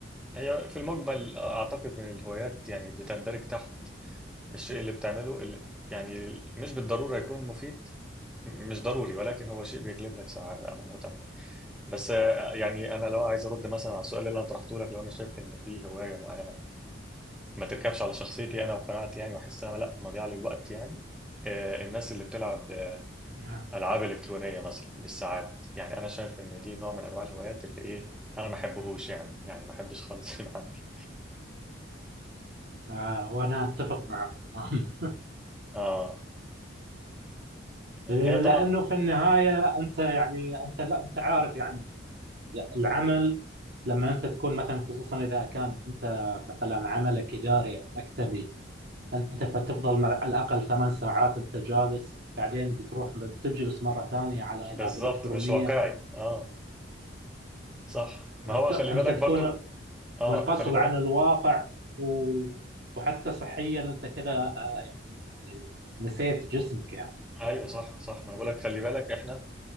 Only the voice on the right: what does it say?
نعم
آه وانا اتفق معك تمام
<laughs>
لانه في النهاية انت يعني انت لا انت عارف يعني العمل لما انت تكون مثلا خصوصا اذا كان انت مثلا عملك اداري او مكتبي انت فتفضل مع- على الاقل ثمان ساعات انت جالس بعدين بتروح بتجلس مرة ثانية على
العاب الكترونية
انت
انت
تكون
منفصل
عن الواقع و... وحتى صحيا انت كذا آه، يعني نسيت جسمك يعني